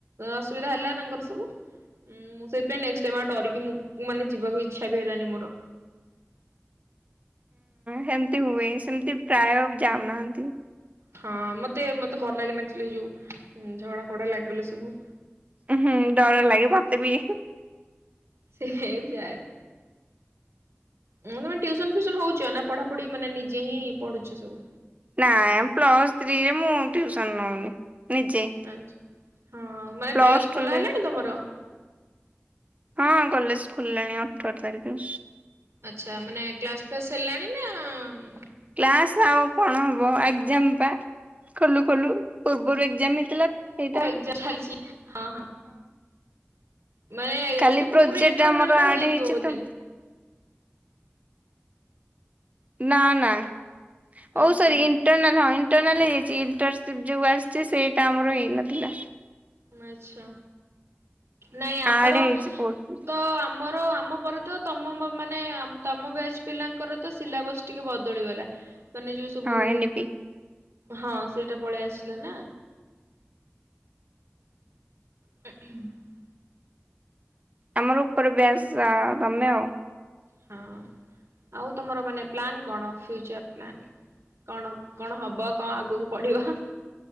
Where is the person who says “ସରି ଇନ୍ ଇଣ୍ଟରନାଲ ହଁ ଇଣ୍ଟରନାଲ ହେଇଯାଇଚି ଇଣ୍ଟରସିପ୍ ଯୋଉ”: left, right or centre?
Right